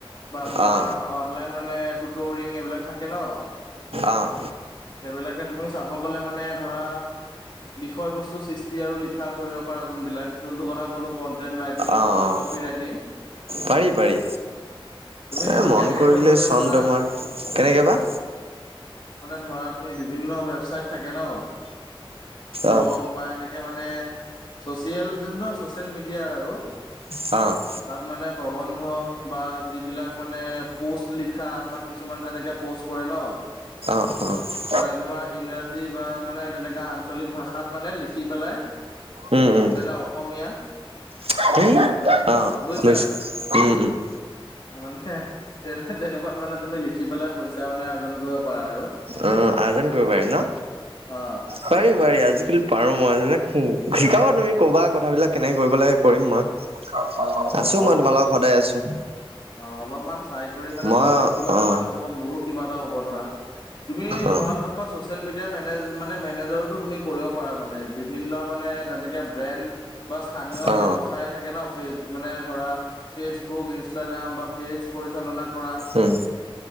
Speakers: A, on the left; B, on the right.
A: বা তোমাৰ
B: অ',
A: অনলাইন মানে টোৰিং এইবিলাক থাকে ন
B: অ',
A: সেইবিলাকে তুমি চাব গ'লে মানে ধৰা বিষয় বস্তু সৃষ্টি আৰু লিখা কৰিব পাৰা যোন বিলাক যোনটো কথা কলো কন্টেণ্ট ৰাইটিং
B: অ',
A: বা
B: অ'।
A: কপি ৰাইটিং
B: পাৰি পাৰি
A: তুমি
B: এ
A: সেইটো
B: মন
A: কেনেকে
B: কৰিলে
A: কৰিব লাগিব
B: চন
A: জানা
B: তোমাৰ কেনেকে কৰিবা
A: মানে ধৰা তুমি বিভিন্ন ৱেবচাইট থাকে ন ব্লগ
B: অ
A: বা এনেকে মানে চ'চিয়েল যোন ন ছ'চিয়েল মিডিয়াৰ আৰু
B: অ',
A: তাত মানে প্ৰবন্ধ বা যিবিলাক মানে পোষ্ট লিখা বা তোমাক যেনেকে প'ষ্ট কৰে ন
B: অ', অ',
A: মানে তোমাৰ ইংৰাজী বা মানে তেনেকা আঞ্চলিক ভাষাত মানে লিখি পেলাই
B: উম উম
A: যেনে অসমীয়া
B: অ উম
A: বুজিছা
B: উম
A: মানে তেনেকুৱাত মানে তুমি লিখি পেলাই পইচা মানে অৰ্জন কৰিব পাৰা আৰু
B: অ আজন কৰিব পাৰিম ন
A: অ
B: পাৰি পাৰি আজিকালি পাৰো মই যে শিকাবা তুমি ক'বা কথাবিলাক কেনেকে কৰিব লাগে কৰিম মই
A: অ হ'ব
B: আছো মই তোমাৰ লগত সদায় আছো
A: অ অলপমান চাই কৰি মানে
B: মই
A: তোমাৰো কিবা এটা
B: অ
A: লাভ হব মোৰো কিবা এটা হব ধৰা তুমি
B: অ
A: পৰাপক্ষত চচিয়েল মিডিয়া মেনেজ মানে মেনেজাৰতো তুমি কৰিব পাৰা মানে বিভিন্ন মানে যেনেকে ব্ৰেণ্ড বা স্থানীয়
B: অ
A: ব্যৱসায়ত থাকে ন মানে ধৰা ফেচবুক ইনষ্টাগ্ৰাম পেজ পৰিচালনা কৰা
B: উম